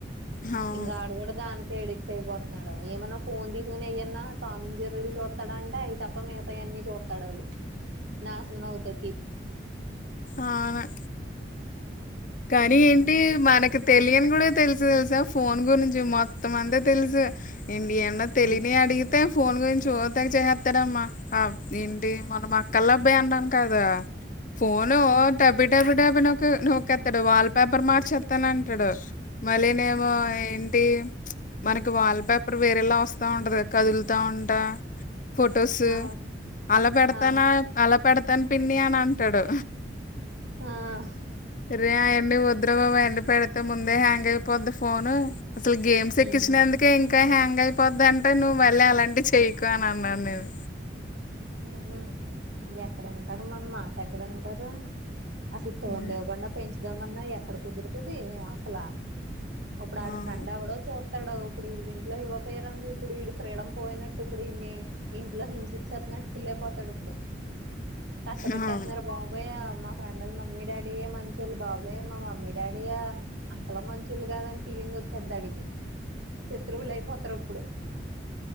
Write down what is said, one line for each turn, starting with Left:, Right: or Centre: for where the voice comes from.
Left: అవును.
Right: ఇంగా ఆడు కూడా దాని కే ఎడిక్ట్ అయిపోతున్నాడు ఏమన్నా ఫోన్ తీసుకుని ఎయన్నా టామ్ అండ్ జెర్రీలు చూత్తడంటే అయి త ప్ప మిగతాయన్నీ చూత్తడు అడు నాశనం అవుతాకి
Left: అవును కానీ
Right: ఆ అవును
Left: ఏంటి మనకు తెలియని కూడా తెలుసు తెలుసా ఫోన్ గురించి మొత్తం అంతా తెలుసు ఏంటి యన్నా తెలియనియి
Right: హ్మ్
Left: అడిగి తే ఫోన్ గురించి ఓ తేగ చేసేత్తాడమ్మా ఆ ఏంటి మొన్న మా క్కల అబ్బాయి అంటను కదా ఫోను ఓ టపీ టపీ టపీ నొక్కే నొక్కె త్తాడు వాల్ పేపర్ మార్చేత్తను అంటాడు మళ్ళీ నెమో ఏం టి మనకి వాల్ పేపర్ వేరేలా వస్తా ఉంటది కదా కదులుతా ఉంటా ఫొటోస్సు
Right: ఆ
Left: అలా పెడతానా
Right: ఆ
Left: అలా పెడతాను పిన్ని అని అంటాడు
Right: ఆ
Left: రే అయన్ని వద్దురా బాబోయ్ అయన్ని పెడితే ముందే హ్యాంగ్ అయిపోద్ది ఫోను అసలు గేమ్స్
Right: హ్మ్
Left: ఎక్కిచ్చినందుకే ఇంకా హ్యాంగ్ అయి పోద్దంటే నువ్వు మళ్ళీ అలాంటివి చెయ్యకు అని అన్నాను నేను
Right: మ్మ్ఉహ్మ్ ఎక్కడింటారు మన మాట ఎక్కడింటారు అసలు ఫోన్
Left: హ్మ్.
Right: లేకుండా పెంచుదామన్నా ఎక్కడ కుదురుతది అసలా ఇప్పుడు ఆడు
Left: అవును
Right: ఫ్రెండ్ ఎవడో చు త్తడు ఇప్పుడు ఈడికి ఇంట్లో ఇవ్వపోయరు అనుకో ఇప్పుడు ఈడి ఫ్రీడమ్ పోయినట్టు ఇప్పుడు ఈడ్ని ఇంట్లో హిం చ్చేత్తున్నట్టు ఫిల్ అయిపోతాడు ఇప్పుడు కష్ట పెట్టేత్తున్నారు
Left: అవును
Right: బా బోయ్ మా ఫ్రెండ్లు వాళ్ల మమ్మీ డాడీయే మంచొళ్లు బాబోయ్ మా మమ్మీ డాడీయా అసలు మంచోళ్ళు కాదని ఫీలింగ్ వచ్చేది అడికి శత్రువులు అయిపోతారు అప్పుడు